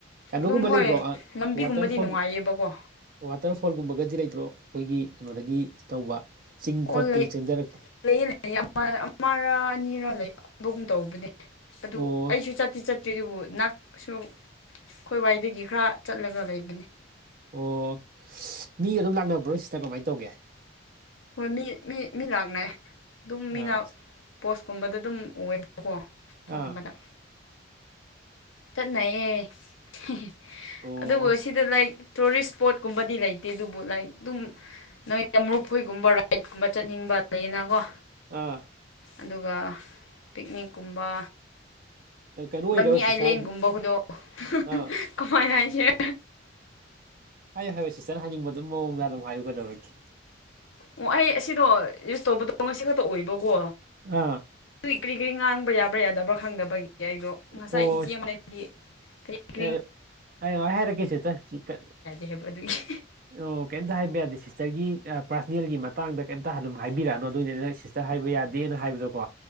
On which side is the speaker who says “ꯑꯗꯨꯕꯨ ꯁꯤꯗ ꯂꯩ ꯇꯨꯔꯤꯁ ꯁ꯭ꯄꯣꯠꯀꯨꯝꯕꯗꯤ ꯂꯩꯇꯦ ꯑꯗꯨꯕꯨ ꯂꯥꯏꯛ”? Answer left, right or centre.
Left